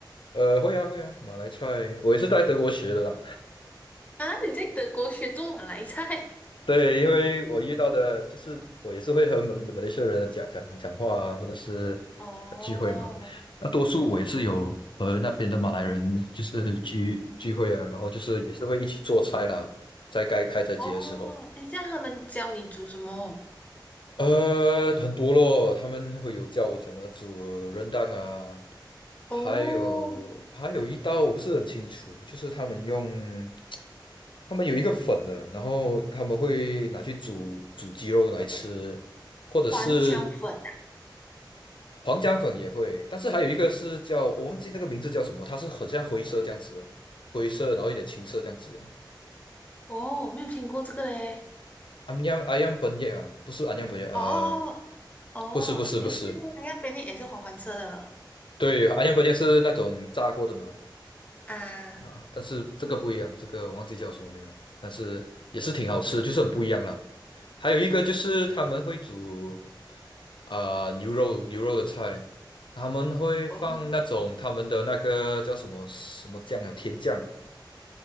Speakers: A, on the left (about 75°); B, on the left (about 20°).
A: 呃会啊会啊，马来菜我也是在德国学的啦，
B: 啊，你在德国学做马来菜？
A: 对，因为我遇到的，就是我也是会和马马来西亚人讲讲讲话啊，或者是呃聚会嘛。
B: <laughs> 哦
A: 那多数我也是有和那边的马来人就是聚聚会啊，然后就是也是会一起做菜啦，在该开斋节的时候。
B: 哦，诶，这样他们教你煮什么？
A: 呃，很多咯，他们会有叫我怎么煮 r 蛋啊，还有还有一道我不是很清楚，
B: 哦，
A: 就是他们用他们有一个粉的，然后他们会拿去煮煮鸡肉来吃，或者是
B: 黄姜粉啊，
A: 黄姜粉也会，但是还有一个是叫我忘记那个名字叫什么，它是很像灰色这样子的灰色然后有点青色这样子的。
B: 哦，没有听过这个嘞。
A: 安阳安阳本叶啊，不是安阳本叶，呃，
B: 哦哦，
A: 不是不是不是，
B: 也不是，它那边也是黄黄色的
A: 对，安阳火箭是那种炸过的嘛，
B: 啊，
A: 啊，但是这个不一样，这个忘记叫什么名了，但是也是挺好吃，就是很不一样了。还有一个就是他们会煮
B: 嗯
A: 啊、牛肉牛肉的菜，他们会放那种他们的那个叫什么什么酱啊，
B: 哦，
A: 甜酱，